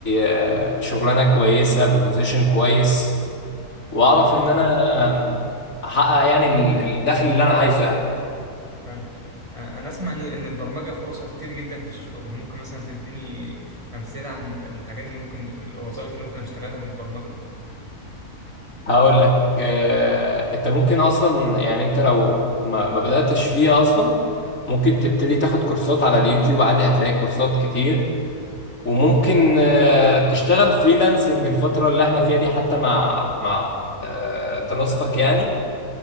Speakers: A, on the left; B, on the right.
A: آه، شغلانه كويسه ببوزيشن كويس واعرف ان انا
B: اه
A: آم، احقق يعني ال- الدخل اللي انا عايزه يعني
B: طيب آه، انا اسمع ان إن البرمجة فرصها كتير جدا في الشغل ممكن مثلا تديني امثلة عن الحاجات اللي ممكن الوظائف اللي ممكن اشتغلها بالبرمجة
A: هقول لك آه، انت ممكن اصلا يعني انت لو ما ما بداتش فيها اصلا ممكن تبتدي تاخد كورسات على اليوتيوب عادي هتلاقي كورسات كتير وممكن آه، تشتغل فريلانسنج الفتره اللي احنا فيها دي حتى مع مع آه، دراستك يعني